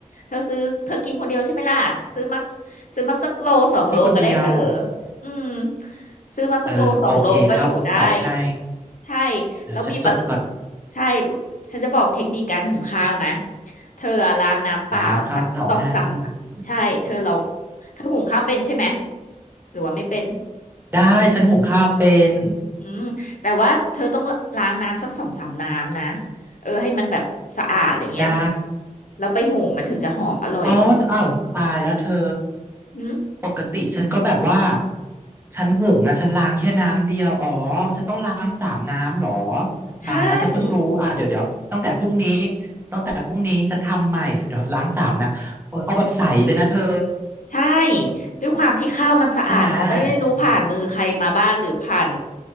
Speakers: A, on the left; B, on the right.
A: เธอซื้อเธอกินคนเดียวใช่ไหมล่ะซื้อมาซื้อมาสักโลสองโลก็ได้เธอ
B: กินคนเดียว
A: อืมซื้อมาสักโลสองโลก็อยู่ได้
B: เออโอเคข้าวเสาให้
A: ใช่
B: เดี๋ยวฉันจดก่อน
A: แล้วมีปลากระใช่ฉันจะบอกเทคนิคการหุงข้าวนะเธออะล้างน้ำเปล่าสักสองสาม
B: นะข้าวเสาให้อืม
A: ใช่เธอลองเธอหุงข้าวเป็นใช่ไหมหรือว่าไม่เป็น
B: ได้ฉันหุงข้าวเป็น
A: อืมแต่ว่าเธอต้องล้างน้ำสักสองสามน้ำนะเออให้มันแบบสะอาดอะไรเงี้ย
B: ได้
A: แล้วไปหุงมันถึงจะหอมอร่อยเธอ
B: อ๋ออ้าวตายแล้วเธอ
A: อืม
B: ปกติฉันก็แบบว่าฉันหุงนะฉันล้างแค่น้ำเดียวอ๋อฉันต้องล้างสามน้ำเหรอ
A: ใช่
B: ตายแล้วฉันเพิ่งรู้อ่าเดี๋ยวเดี๋ยวตั้งแต่พรุ่งนี้ตั้งแต่พรุ่งนี้ฉันทำใหม่เดี๋ยวล้างสามนะโอ้ยเอาแบบใสเลยนะเธอ
A: ใช่ด้วยความที่ข้าวมันสะอาดเนาะไม่ไม่รู้ผ่านมือใครมาบ้างหรือผ่าน
B: ใช่ไหมอืม